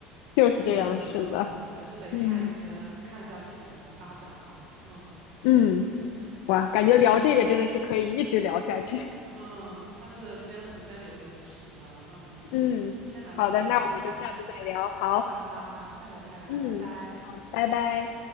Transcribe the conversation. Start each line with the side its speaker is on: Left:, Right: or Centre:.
Left: 就是这样，
Right: 所以嗯，
Left: 是的，
Right: 还是得看一些看一下事情怎么发展吧，
Left: 嗯
Right: 嗯。
Left: 嗯，哇，感觉聊这个真的是可以一直聊下去。
Right: 嗯，但是今天时间有点迟了，那我们先聊到这里吧。
Left: <laughs> 嗯，好的，那我们就下次再聊，
Right: 嗯，
Left: 好，
Right: 好好好，下回再聊，
Left: 嗯，
Right: 拜拜。
Left: 好，拜拜。